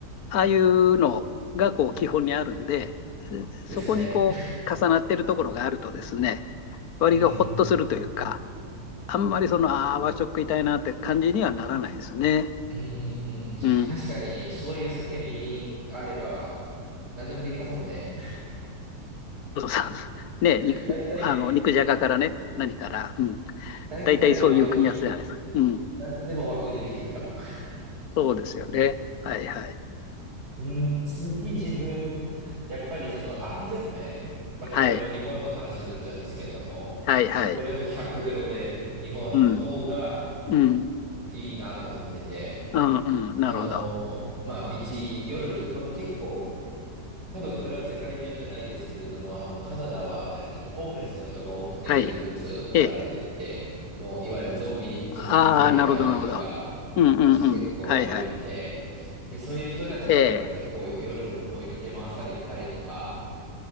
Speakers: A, on the left; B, on the right.
A: ああいうのが、こう、基本にあるんで、
B: ですね。
A: そこにこう、重なってるところがあるとですね、割とほっとするというか、
B: うん、
A: あんまりその、ああ、和食食いたいなって感じにはならないですね。
B: うん、うん、うん、うんうん。
A: うん。
B: 確かに、
A: そ
B: 醤油、酒、みりんあれば、何でもできますもんね。
A: うそうそうね、
B: <laughs>
A: にあの肉じゃがからね、
B: 大体、
A: 何から、うん、
B: 大体和風に、
A: 大体そういう組み合わせじゃないですか。うん。
B: 何でも和風にできるから。
A: そうですよね。はいはい。
B: うーん、次自分、やっぱりその安全面、またこれも日本の話になっちゃうんですけれども、
A: はい。はいはい。
B: もうこれも100ゼロで日本の方が
A: うん。うん。
B: いいなと思ってて、
A: うんうん。なるほど。
B: あのーまあ、道、夜、これ結構、多分これは世界中じゃないですけれども、あの、カナダはやっぱ結構ホームレスの人が多くて、
A: はい。
B: 薬物やられてて、
A: ええ。
B: もういわゆるゾンビ、ゾンビ人間みたいな人が
A: ああ、なるほど、なるほど。うんうんうん。
B: 街結構歩いてて、
A: はいはい。
B: で、そういう人たちから結構夜を追いかけ回されたりとか
A: ええ。